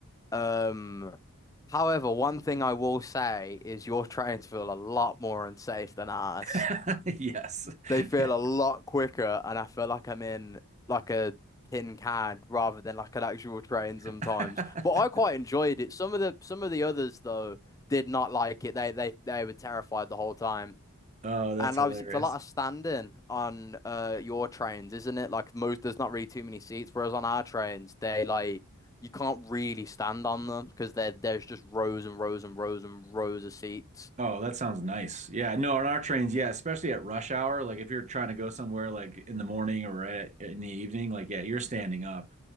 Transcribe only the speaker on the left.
Um, however, one thing I will say is your trains feel a lot more unsafe than ours.
They feel
a lot quicker, and I feel like I'm in like a tin can rather than like an actual train sometimes.
But I quite enjoyed it. Some of the some of the others though did not like it. They they they were terrified the whole time.
And
obviously, it's a lot of standing on uh your trains, isn't it? Like most, there's not really too many seats. Whereas on our trains, they like you can't really stand on them because there there's just rows and rows and rows and rows of seats.